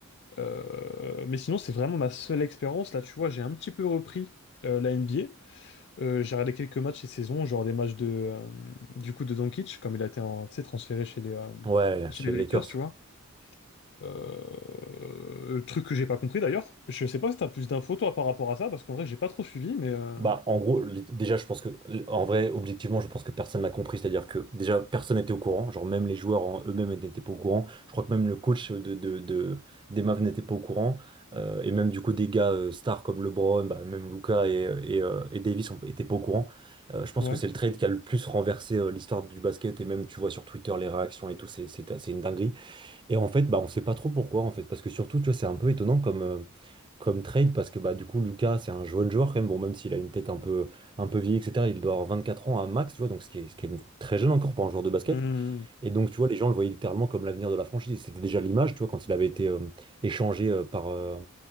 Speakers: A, on the left; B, on the right.
A: Euh, mais sinon, c'est vraiment ma seule expérience. Là, tu vois, j'ai un petit peu repris euh, la NBA. Euh, j'ai regardé quelques matchs cette saison, genre des matchs de, euh, du coup de Doncic, comme il a été en- tu sais, transféré chez les, euh,
B: Ouais,
A: chez
B: chez
A: les Lakers,
B: les Lakers.
A: tu vois. Euh, le truc que j'ai pas compris d'ailleurs. Je sais pas si t'as plus d'infos toi par rapport à ça, parce qu'en vrai, j'ai pas trop suivi, mais euh,
B: Bah, en gros, les- déjà, je pense que, en vrai, objectivement, je pense que personne n'a compris. C'est-à-dire que, déjà, personne n'était au courant. Genre, même les joueurs en eux-mêmes n'étaient pas au courant. Je crois que même le coach de, de, de, des Mavs n'était pas au courant. Euh, et même, du coup, des gars euh, stars comme LeBron, bah, même Luca et, et, euh, et Davis n'étaient pas au courant. Euh, je pense
A: ouais.
B: que c'est le trade qui a le plus renversé euh, l'histoire du basket. Et même, tu vois sur Twitter les réactions et tout, c'est c'est- c'est une dinguerie. Et en fait, bah, on sait pas trop pourquoi, en fait, parce que surtout, tu vois, c'est un peu étonnant comme, euh, comme trade, parce que bah, du coup, Lucas, c'est un jeune joueur quand même, bon, même s'il a une tête un peu, un peu vieille, etc., il doit avoir 24 ans à max, tu vois, donc ce qui est, ce qui est très jeune encore pour un joueur de basket.
A: Hmm.
B: Et donc, tu vois, les gens le voyaient littéralement comme l'avenir de la franchise. C'était déjà l'image, tu vois, quand il avait été euh, échangé euh, par, euh,